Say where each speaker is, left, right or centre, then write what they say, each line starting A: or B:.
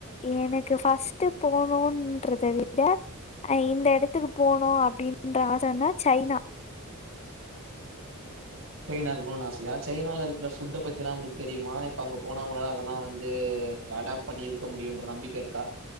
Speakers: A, on the left; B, on the right.
A: எனக்கு ஃபஸ்ட் போனும்ன்றத விட அஹ் இந்த இடத்துக்கு போனும் அப்படின்ற ஆசைன்னா சைனா
B: சைனாக்கு போகணு ஆசையா சைனால இருக்கிற ஃபுட்டை பத்தி எல்லாம் உங்களுக்கு தெரியுமா இப்ப அங்க போனவங்களால அதெல்லாம் வந்து அடாப்ட் பண்ணி இருக்க முடியும்ன்ற நம்பிக்கை இருக்கா